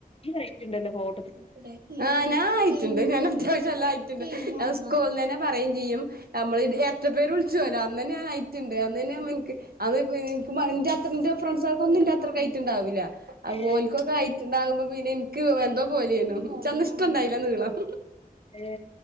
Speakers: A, on the left; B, on the right.
A: ഈ റെയ്റ്റുണ്ടല്ലോ ഫോൺ
B: സോപ്പിടാക്കി ആ ഞാൻ ഹൈറ്റുണ്ട് ഞാൻ അത്യാവശ്യം എല്ലാം ഹൈറ്റുണ്ട് അവൻ സ്കൂളന്നെ പറയേംചെയ്യും നമ്മളിത് എരട്ടപേര് വിളിച്ച് പോവല്ല് അന്നുതന്നെ ഞാൻ ഹൈറ്റുണ്ട് അന്നുതന്നെ മോൻക്ക് അന്ന് എനിക്ക് <unintelligible> എന്റെ അത്ര എന്റെ ഫ്രണ്ട്സാർക്കൊന്നും എന്റെ അത്രക്ക് ഹൈറ്റുണ്ടാവൂല്ല ആ
A: ഏ
B: ഓൽക്കൊക്കെ ഹൈറ്റുണ്ടാവുമ്പം പിന്നെ എനിക്ക് എന്തോ പോലെയാണു ച്ചന്ന് ഇഷ്ടം ഉണ്ടായില്ല നീളം
A: ഏ